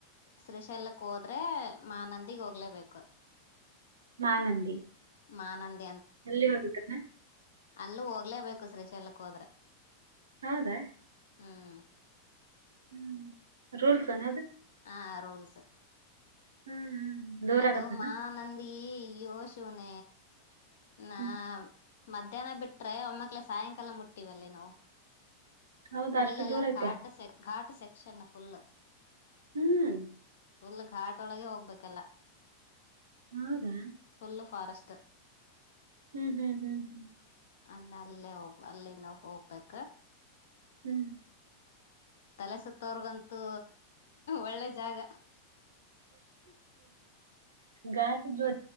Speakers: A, on the left; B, on the right.
A: ಶ್ರೀಶೈಲ್ಕ್ ಹೋದ್ರೆ ಮಾ ನಂದಿಗ್ ಹೋಗ್ಲೇಬೇಕು
B: ಮಾನಂದಿ
A: ಮಾನಂದ
B: ಎಲ್ಲಿ ಹೋಗತಏನು
A: ಅಲ್ಲೂ ಹೋಗ್ಲೇಬೇಕು ಶ್ರೀಶ ಎಲಕ್ ಹೋದ್ರೆ
B: ಹೌದಾ
A: ಹ್ಮ್
B: ಹ್ಮ್ ರೂಲ್ಸ್ ಅಏನ್ನದು
A: ಆ ರೂಲ್ಸ್
B: ಹ್ಮ್ ಹ್ಮ್ ದೂರ
A: ಅದೋ
B: ಆಗತ್ತನ
A: ಮಾನಂದಿ ಏ ಯೋ ಶುನ ನಾ
B: ಹ್ಮ್
A: ಮಧ್ಯಾಹ್ನ ಬಿಟ್ರೆ ಒಮ್ಮಕ್ಳೇ ಸಾಯಂಕಾಲ ಮುಟ್ಟತೀವಲ್ಲಿ ನಾವು
B: ಹೌದಾ
A: ಫುಲ್
B: ಅಷ್ಟು
A: ಎಲ್ಲಾ
B: ದೂರ ಐತೆ
A: ಘಾಟ್ ಸ ಘಾಟ್ ಸೆಕ್ಷನ್ ಫುಲ್
B: ಹ್ಮ್
A: ಫುಲ್ ಘಾಟೊಳಗೆ ಹೋಗ್ಬೇಕಲ್ಲ
B: ಹೌದಾ
A: ಫುಲ್ ಫಾರೆಸ್ಟ್
B: ಹ್ಮ್ ಹ್ಮ್ ಹ್ಮ್ ಹ್ಮ್
A: ಅಂದ ಅಲ್ಲೇ ಹೋಗ್ ಅಲ್ಲಿಂದ ಹೋಗ್ಬೇಕ
B: ಹ್ಮ್
A: ತಲೆಸುತ್ತವರ್ಗಂತೂ ಒಳ್ಳೆ ಜಾಗ
B: ಗಾಟ ಜ